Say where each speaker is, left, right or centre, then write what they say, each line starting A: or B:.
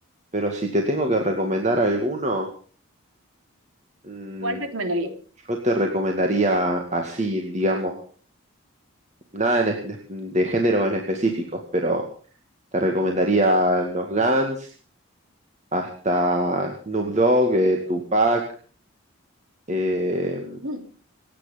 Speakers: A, on the right; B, on the right.
A: Pero si te tengo que recomendar alguno, mm,
B: ¿cuál recomendarías?
A: yo te recomendaría así, digamos, nada en es- de, de género en específicos, pero Te recomendaría los Guns, hasta Snoop Dogg, eh, Tupac, eh,
B: Mm,